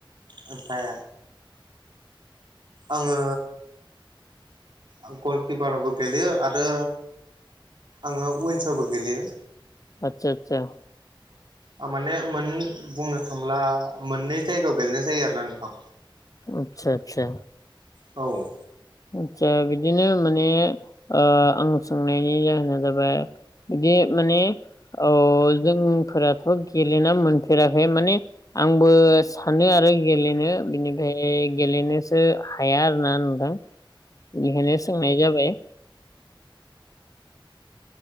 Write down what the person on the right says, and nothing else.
ओमफाय आङो आं गलकिपारबो गेलेयो आरो आङो उइनसावबो गेलेयो
आ माने मोन बुंनो थांब्ला मोननै जायगायाव गेलेनाय जायो आरो ना नोंथां
औ